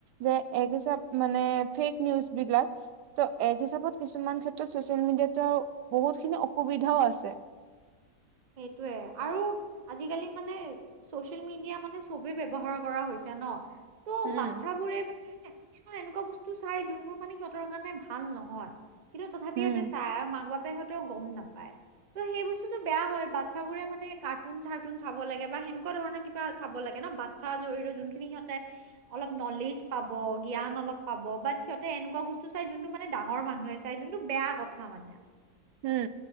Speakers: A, on the right; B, on the right.
A: যে
B: উম
A: এক হিচাপ মানে ফেক। নিউজ বিলাক ত এক হিচাপত কিছুমান ক্ষেত্ৰত চচিয়েল মিডিয়াতো আৰু বহুতখিনি অসুবিধাও আছে।
B: সেইটোৱে আৰু আজিকালি মানে চচিয়াল মিডিয়া মানে ছবি ব্ৱহাৰ কৰা হৈছে ন ত
A: উম,
B: বাচ্ছাবোৰে কিছুমান এনেকুৱা বস্তু চাই যোনবোৰ মানে সিহঁতৰ কাৰণে ভাল নহয়। কিন্তু তথাপি
A: উম।
B: সহতে চাই আৰু মাক বাপে সহতেও গম নাপায় ত' সেই বস্তুতটো বেয়া হয় বাচ্ছা বোৰে মানে কাৰ্টুন চাৰ্টুন চাব লাগে, বা সেনেকুৱা ধৰণৰ কিবা চাব লাগে, নহ বাচ্ছা। যোন খিনি সিহঁতে অলপ নলেজ পাব, জ্ঞান অলপ পাব, বাট সিহঁতে এনোকোৱা বস্তু চাই, মানে ডাঙৰ মানুহ চাই যোনটো বেয়া কথা মানে,
A: উম